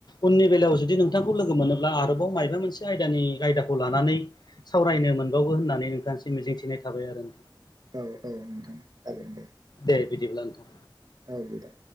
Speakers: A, on the left (about 60°); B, on the right (about 55°).
A: उननि बेलायाव जुदि नोंथांखौ लोगो लोगो मोनोब्ला आरोबाव मायाबा मोनसे आयदानि आयदाखौ लानानै सावरायनो मोनबावो होननानै नोंथांनिसिम मि जिंथिनाय थाबाय आरो
B: औ औ नोंथां जागोन दे
A: दे बिदिब्ला नोंथां
B: औ <unintelligible>